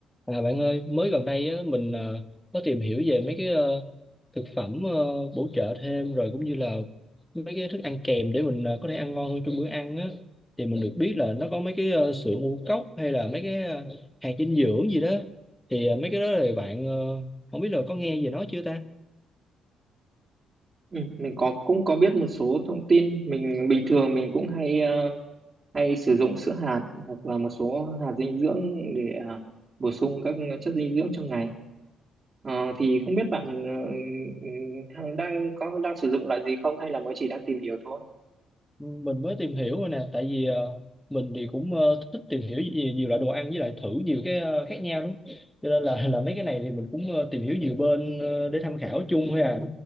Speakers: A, in the centre; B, on the right.
A: À, bạn ơi, mới gần đây á, mình ờ, có tìm hiểu về mấy cái ờ, thực phẩm ờ, bổ trợ thêm rồi cũng như là mấy cái thức ăn kèm để mình ờ, có thể ăn ngon hơn trong bữa ăn á. Thì mình được biết là nó có mấy cái ờ, sữa ngũ cốc hay là mấy cái ờ, hạt dinh dưỡng gì đó. Thì ờ, mấy cái đó thì bạn ờ, không biết là có nghe về nó chưa ta?
B: Ừ, mình có cũng có biết một số thông tin mình bình thường mình cũng hay ờ, hay sử dụng sữa hạt hoặc là một số hạt dinh dưỡng để ờ, bổ sung các chất dinh dưỡng trong ngày Ờ, thì không biết bạn ờ, ừ, ừ, đang có đang sử dụng loại gì không hay là mới chỉ đang tìm hiểu thôi
A: mình mới tìm hiểu rồi nè tại vì ờ, mình thì cũng ờ, thích tìm hiểu nhiều, nhiều loại đồ ăn với lại thử nhiều cái ờ, khác nhau lắm cho nên là <laughs> là mấy cái này thì mình cũng ờ, tìm hiểu nhiều bên ờ, để tham khảo chung thôi à